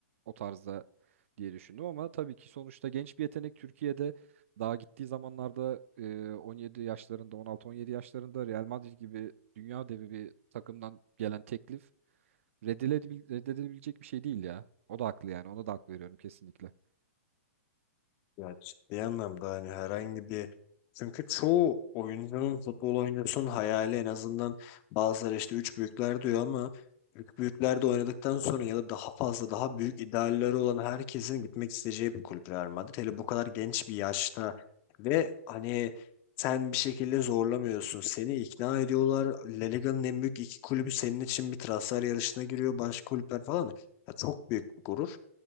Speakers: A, on the right; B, on the left.
A: o tarzda diye düşündüm ama tabii ki sonuçta genç bir yetenek Türkiye'de daha gittiği zamanlarda e, 17 yaşlarında 16-17 yaşlarında Real Madrid gibi dünya devi bir takımdan gelen teklif reddilebil- reddedilebilecek bir şey değil ya. O da haklı yani ona da hak veriyorum kesinlikle.
B: Ya ciddi anlamda hani herhangi bir çünkü çoğu oyuncunun futbol oyuncusunun hayali en azından bazıları işte üç büyükler diyor ama üç büyüklerde oynadıktan sonra ya da daha fazla daha büyük idealleri olan herkesin gitmek isteyeceği bir kulüp Real Madrid. Hele bu kadar genç bir yaşta ve hani sen bir şekilde zorlamıyorsun. Seni ikna ediyorlar. La Liga'nın en büyük iki kulübü senin için bir transfer yarışına giriyor. Başka kulüpler falan. Ya çok büyük bir gurur.